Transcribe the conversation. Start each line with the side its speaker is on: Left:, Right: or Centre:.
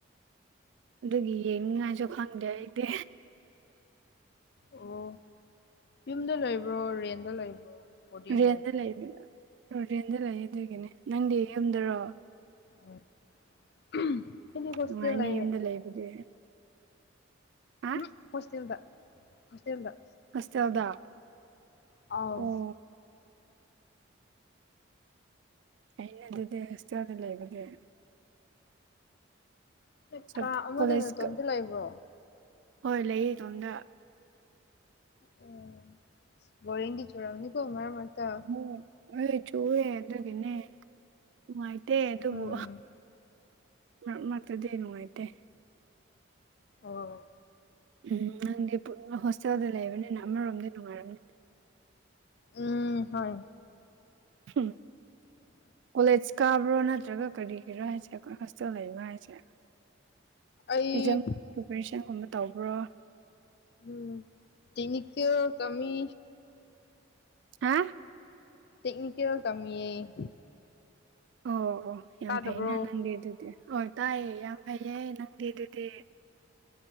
Right: ꯑꯗꯨꯒꯤ ꯌꯦꯡꯅꯤꯉꯥꯏꯁꯨ ꯈꯪꯗꯦ ꯑꯩꯗꯤ
Left: ꯑꯣ ꯌꯨꯝꯗ ꯂꯩꯕ꯭ꯔꯣ ꯔꯦꯟꯗ ꯂꯩꯕ꯭ꯔꯣ ꯕꯣꯔꯗꯤꯡ
Right: ꯔꯦꯟꯗ
Left: ꯂꯩꯕ꯭ꯔꯣ
Right: ꯂꯩꯕꯅꯦ ꯔꯦꯟꯗ ꯂꯩꯌꯦ ꯑꯗꯨꯒꯤꯅꯦ ꯅꯪꯗꯤ ꯌꯨꯝꯗꯔꯣ
Left: ꯑꯝ ꯑꯩꯗꯤ ꯍꯣꯁꯇꯦꯜ
Right: ꯅꯨꯡꯉꯥꯏꯅꯤ
Left: ꯂꯩꯏꯌꯦ
Right: ꯌꯨꯝꯗ ꯂꯩꯕꯗꯤ ꯍꯥ
Left: ꯎꯝ ꯍꯣꯁꯇꯦꯜꯗ ꯍꯣꯁꯇꯦꯜꯗ
Right: ꯍꯣꯁꯇꯦꯜꯗ
Left: ꯑꯧ
Right: ꯑꯣ ꯐꯩꯅꯦ ꯑꯗꯨꯗꯤ ꯍꯣꯁꯇꯦꯜꯗ ꯂꯩꯔꯗꯤ
Left: ꯎꯝ
Right: ꯁꯠ
Left: ꯀꯥ ꯑꯃꯗ
Right: ꯀꯣꯂꯦꯖ
Left: ꯅꯇꯣꯝꯇ
Right: ꯀ
Left: ꯂꯩꯕ꯭ꯔꯣ
Right: ꯍꯣꯏ ꯂꯩꯌꯦ ꯏꯇꯣꯝꯗ
Left: ꯑꯣ ꯕꯣꯔꯤꯡꯗꯤ ꯆꯨꯔꯝꯅꯤꯀꯣ ꯃꯔꯛ ꯃꯔꯛꯇ
Right: ꯎꯝ ꯍꯣꯏ ꯆꯨꯏꯌꯦ ꯑꯗꯨꯒꯤꯅꯦ ꯅꯨꯡꯉꯥꯏꯇꯦ ꯑꯗꯨꯕꯨ
Left: ꯎꯝ
Right: ꯃꯔꯛ ꯃꯔꯛꯇꯗꯤ ꯅꯨꯡꯉꯥꯏꯇꯦ
Left: ꯑꯣ
Right: ꯎꯝ ꯅꯪꯗꯤ ꯄꯨꯟꯅ ꯍꯣꯁꯇꯦꯜꯗ ꯂꯩꯕꯅꯤꯅ ꯑꯃꯔꯣꯝꯗ ꯅꯨꯡꯉꯥꯏꯔꯝꯅꯤ
Left: ꯎꯝ ꯍꯣꯏ
Right: ꯎꯝ ꯀꯣꯂꯦꯖ ꯀꯥꯕ꯭ꯔꯣ ꯅꯠꯇ꯭ꯔꯒ ꯀꯔꯤꯒꯤꯔ ꯍꯥꯏꯁꯦ ꯑꯩꯈꯣꯏ ꯍꯣꯁꯇꯦꯜ ꯂꯩꯕꯔꯥ ꯍꯥꯏꯁꯦ
Left: ꯑꯩ
Right: ꯏꯛꯖꯥꯥꯝ ꯑꯣꯄꯔꯦꯁꯟꯒꯨꯝꯕ ꯇꯧꯕ꯭ꯔꯣ
Left: ꯎꯝ ꯇꯦꯛꯅꯤꯀꯦꯜ ꯇꯝꯃꯤ
Right: ꯍꯥ
Left: ꯇꯦꯛꯅꯤꯀꯦꯜ ꯇꯝꯃꯤꯌꯦ
Right: ꯑꯣ ꯑꯣ ꯌꯥꯝ
Left: ꯇꯥꯗꯕ꯭ꯔꯣ
Right: ꯐꯩꯅꯦ ꯅꯪꯗꯤ ꯑꯗꯨꯗꯤ ꯍꯣꯏ ꯇꯥꯏꯌꯦ ꯌꯥꯝ ꯐꯩꯌꯦ ꯅꯪꯗꯤ ꯑꯗꯨꯗꯤ